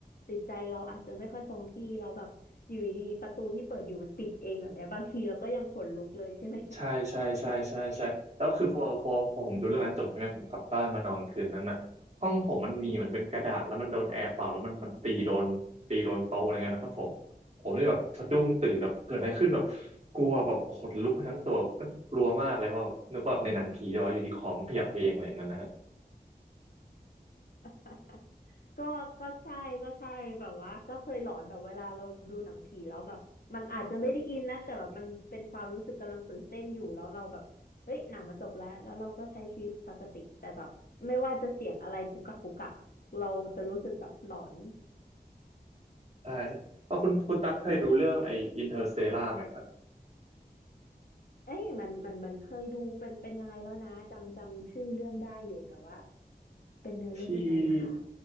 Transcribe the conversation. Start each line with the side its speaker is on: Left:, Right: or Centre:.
Left: ติดใจเราอาจจะไม่ค่อยคงที่เราแบบอยู่ดีๆประตูที่เปิดอยู่มันปิดเองแบบเนี้ยบางทีเราก็ยังขนลุกเลยใช่ไหม
Right: ใช่ใช่ใช่ใช่ใช่แล้วคือพอพอพอผมดูเรื่องนั้นจบใช่ไหมผมกลับบ้านมานอนคืนนั้นน่ะห้องผมมันมีเหมือนเป็นกระดาษแล้วมันโดนแอร์เป่าแล้วมันมันตีโดนตีโดนโต๊ะอะไรเงี้ยนะครับผมผมเลยแบบสะดุ้งตื่นแบบเกิดอะไรขึ้นแบบกลัวแบบขนลุกไปทั้งตัวก็กลัวมากเลยว่าแบบนึกว่าแบบในหนังผีจะว่าอยู่ดีคอมนขยับเองอะไรเงี้ยนะฮะ
Left: <laughs> ก็ก็ใช่ก็ใช่แบบว่าก็เคยหลอนแบบเวลาเราดูหนังผีแล้วแบบมันอาจจะไม่ได้อินนะแต่แบบมันเป็นความรู้สึกกำลังตื่นเต้นอยู่แล้วเราแบบเฮ้ยหนังมันจบแล้วแล้วเราก็ใช้ชีวิตปกติแต่แบบไม่ว่าจะเสียงอะไรกุกกักกุกกักเราจะรู้สึกแบบหลอน
Right: ใช่แล้วคุณคุณตั๊กเคยดูเรื่องไอ้อินเตอร์สเตลาไหมครับ
Left: เอ้ยมันมันมันเคยดูเป็นเป็นยังไงแล้วนะจำจำชื่อเรื่องได้อยู่แต่ว่าเป็นเนื้อเรื่องยังไงนะคะ
Right: ที่